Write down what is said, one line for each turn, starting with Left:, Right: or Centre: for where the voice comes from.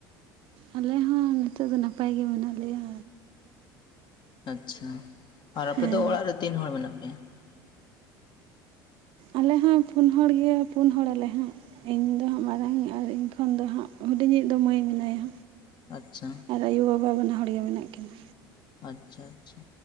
Right: ᱟᱞᱮ ᱦᱚᱸ ᱱᱤᱛᱚᱜ ᱫᱚ ᱱᱟᱯᱟᱭ ᱜᱮ ᱢᱮᱱᱟᱜ ᱞᱮᱭᱟ
Left: ᱟᱪᱪᱷᱟ ᱟᱨ ᱟᱯᱮ
Right: ᱦᱮᱸ
Left: ᱫᱚ ᱚᱲᱟᱜ ᱨᱮ ᱛᱤᱱ ᱦᱚᱲ ᱢᱮᱱᱟᱜ ᱯᱮᱭᱟ
Right: ᱟᱞᱮ ᱦᱚᱸ ᱯᱩᱱ ᱦᱚᱲ ᱜᱮ ᱯᱩᱱ ᱦᱚᱲᱟᱞᱮ ᱦᱟᱸᱜ ᱤᱧ ᱫᱚ ᱦᱟᱸᱜ ᱢᱟᱨᱟᱝ ᱟᱨ ᱤᱧ ᱠᱷᱚᱱ ᱫᱚ ᱦᱟᱸᱜ ᱦᱩᱰᱤᱧᱤᱡ ᱫᱚ ᱢᱟᱹᱭ ᱢᱮᱱᱟᱭᱟ
Left: ᱟᱪᱪᱷᱟ
Right: ᱟᱨ ᱟᱭᱩᱼᱵᱟᱵᱟ ᱵᱟᱱᱟ ᱦᱚᱲ ᱜᱮ ᱢᱮᱱᱟᱜ ᱠᱤᱱᱟᱹ
Left: ᱟᱪᱪᱷᱟ ᱟᱪᱪᱷᱟ